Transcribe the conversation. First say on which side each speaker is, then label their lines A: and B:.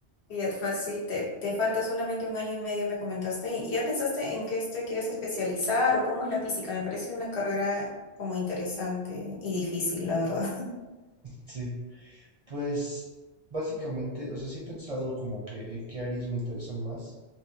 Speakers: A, on the left; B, on the right.
A: Y ya fácil, te, te falta solamente un año y medio, me comentaste. ¿Y ya pensaste en qué te quieres especializar o cómo es la física? Me parece una carrera como interesante y difícil, la verdad.
B: sí. Pues básicamente, o sea, sí he pensado como que en qué áreas me interesan más,